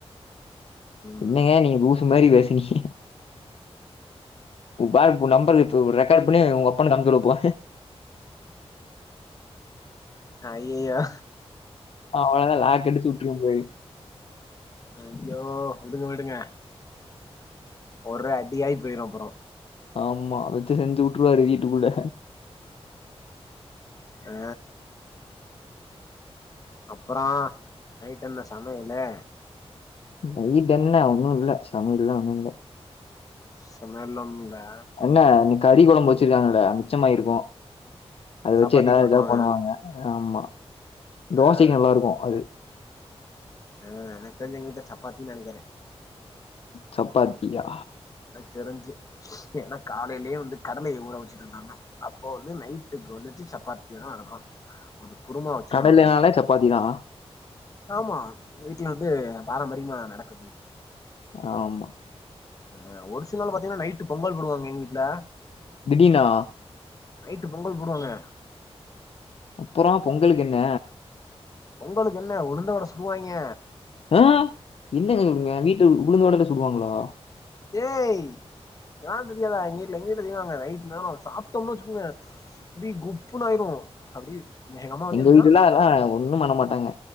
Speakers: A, on the left; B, on the left.
A: ம்
B: என்னங்க நீங்க லூசு மாரி பேசறீங்க உ பாரு இப்ப உ நம்பர் இப்ப ரெக்கார்டு பண்ணி வொங்கப்பண்ணுக்கு அனுப்பி விடற போ
A: அய்யையோ
B: அவ்ளதா லாக் எடுத்து விட்டுருவோ போயி
A: ஐய்யோ விடுங்க விடுங்க ஒரே அடியாயி போயிரு அப்பறோ
B: ஆமா வெச்சு செஞ்சு உட்டுருவாரு வீட்டுக்குள்ள
A: ஆ அப்புறோ நைட்டென்ன சமையலு
B: நைட்டென்ன ஒண்ணு இல்ல சமையல்ல ஒண்ணு இல்ல
A: சமையல்ல ஒன்னுமில்ல
B: என்ன இன்னைக்கி கறி கொழம்பு வச்சிருங்காங்கள மிச்சமாயிருக்கு அத
A: சப்பாத்தி
B: வச்சு என்னாவது
A: போட்ருவாங்க
B: ஏதாது பண்ணுவாங்க ஆமா
A: ஆ
B: தோசைக்கு நல்லா இருக்கு அது
A: ஆ எனக் தெரிஞ்சு எங்வீட்ல சப்பாத்தினு நெனக்கிறே
B: சப்பாத்தியா
A: எனக்கு தெரிஞ்சு ஏனா காலையிலயே வந்து கடலைய ஊற வச்சுட்டு இருந்தாங்க அப்போ வந்து நைட்டுக்கு வந்துட்டு சப்பாத்தியாதா இருக்கு குரும்மா வச்சுருவாங்க
B: கடலைனாலே சப்பாத்தி தான்
A: ஆமா வீட்ல வந்து பாரம்பரியமா நடக்குது
B: ஆமா
A: அ ஒரு சில நாள் பாத்தீங்கன்னா நைட்டு பொங்கல் போடுவாங்க எங்க வீட்ல
B: திடீனா
A: நைட்டு பொங்கல் போடுவாங்க
B: அப்புற பொங்கலுக்கு என்ன
A: பொங்களுக்கு என்ன உளுந்தவட சுடுவாயிங்க
B: ஆ என்னங்க சொல்றீங்க வீட்டுல உளுந்த வடல சுடுவாங்களா
A: ஏய் எனா தெரியாதா எங்க வீட்ல எங்க வீட்டு செய்வாங்க நைட்டு் நேரோ சாப்பிட்டோம்னு வச்சுக்கோங்க அப்டி குப்புனாயிரு அப்டி அம்மா வந்து
B: எங்க
A: எப்டின்னா
B: வீட்டு எல்லா அதா ஒண்ணும் பண்ண மாட்டாங்க